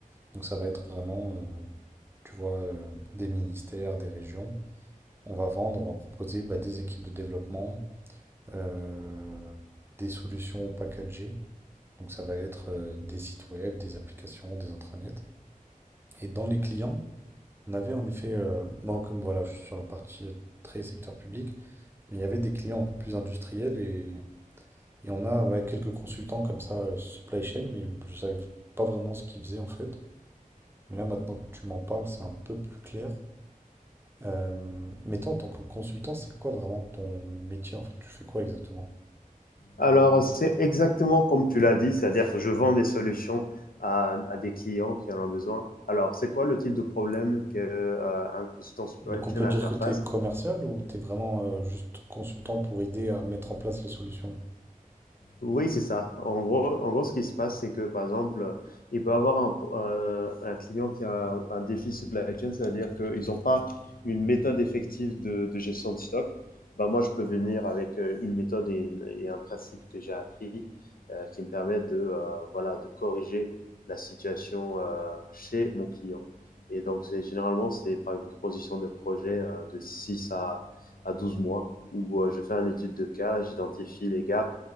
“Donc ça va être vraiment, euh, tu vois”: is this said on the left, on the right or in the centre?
Right